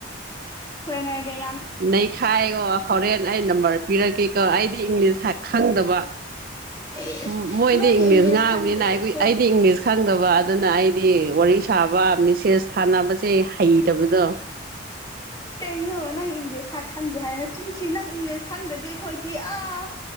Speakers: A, on the left (about 20°); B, on the right (about 50°).
A: ꯐꯣꯔꯦꯅꯔꯒꯤ
B: ꯅꯩꯈꯥꯏꯌꯣ ꯍꯣꯔꯦꯟ ꯑꯩ ꯅꯝꯕꯔ ꯄꯤꯔꯛꯀꯦꯀꯣ ꯑꯩꯗꯤ ꯏꯪꯂꯤꯁ ꯈ ꯈꯪꯗꯕ ꯋꯥ
A: ꯑꯦ
B: ꯃ ꯃꯣꯏꯗꯤ
A: ꯅꯣꯏꯅ
B: ꯏꯪꯂꯤꯁ ꯉꯥꯡꯕꯤꯅ
A: ꯈꯪꯗꯗꯤ
B: ꯑꯩ
A: ꯑꯩꯈꯣꯏ
B: ꯑꯩꯗꯤ ꯏꯪꯂꯤꯁ ꯈꯪꯗꯕ ꯑ ꯑꯗꯨꯅ ꯑꯩꯗꯤ ꯋꯥꯔꯤ ꯁꯥꯕ ꯃꯦꯁꯦꯁ ꯊꯥꯅꯕꯁꯦ ꯍꯩꯇꯕꯗꯣ
A: ꯀꯩꯅꯣ ꯅꯪ ꯏꯪꯂꯤꯁ ꯈꯪꯗꯦ ꯍꯥꯏꯅ ꯆꯤꯟꯁꯤ ꯅꯪ ꯏꯪꯂꯤꯁ ꯈꯪꯗꯗꯤ ꯑꯩꯈꯣꯏꯗꯤ ꯑꯥ